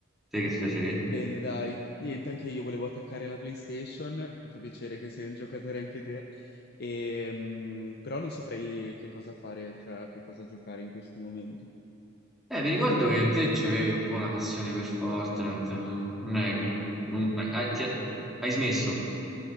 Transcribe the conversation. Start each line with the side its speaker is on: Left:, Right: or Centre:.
Centre: Te che facevi?
Left: Bene, dai. Niente, anche io volevo attaccare la PlayStation. Mi fa piacere che sei un giocatore anche te. E, mm, però non saprei che cosa fare, cioè che cosa giocare in questo momento.
Centre: Eh, mi ricordo che te avevi un po' una passione per Fortnite, ma non è che... non- beh, hai, ti- hai smesso?